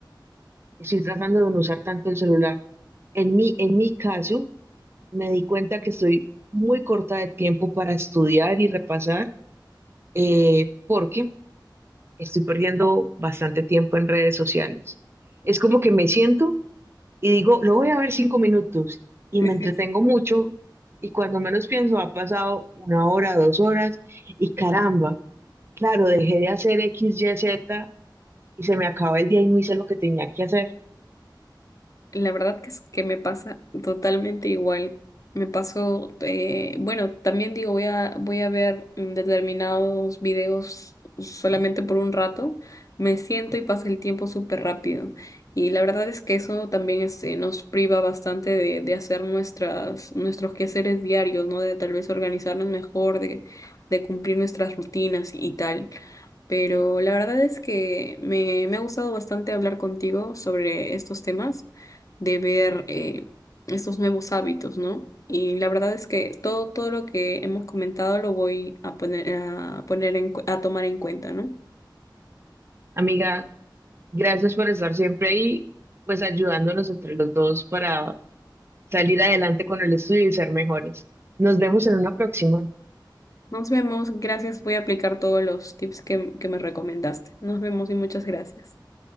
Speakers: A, on the right (about 30°); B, on the left (about 45°).
A: Estoy tratando de no usar tanto el celular. En mi, en mi caso, me di cuenta que estoy muy corta de tiempo para estudiar y repasar, eh, porque estoy perdiendo bastante tiempo en redes sociales. Es como que me siento y digo, lo voy a ver cinco minutos y
B: Sí,
A: me
B: sí,
A: entretengo
B: sí.
A: mucho y cuando menos pienso ha pasado una hora, dos horas y caramba, claro, dejé de hacer X, Y, Z y se me acaba el día y no hice lo que tenía que hacer.
B: La verdad que es que me pasa totalmente igual. Me paso eh, bueno, también digo, voy a, voy a ver mm, determinados videos solamente por un rato. Me siento y pasa el tiempo súper rápido. Y la verdad es que eso también este, nos priva bastante de, de hacer nuestras, nuestros quehaceres diarios, ¿no? De tal vez organizarnos mejor, de, de cumplir nuestras rutinas y tal. Pero la verdad es que me, me ha gustado bastante hablar contigo sobre estos temas, de ver eh, estos nuevos hábitos, ¿no? Y la verdad es que todo, todo lo que hemos comentado lo voy a poner, a poner en, cu- a tomar en cuenta, ¿no?
A: Amiga, Gracias por estar siempre ahí, pues ayudándonos entre los dos para salir adelante con el estudio y ser mejores. Nos vemos en una próxima.
B: Nos vemos, gracias, voy a aplicar todos los tips que, que me recomendaste. Nos vemos y muchas gracias.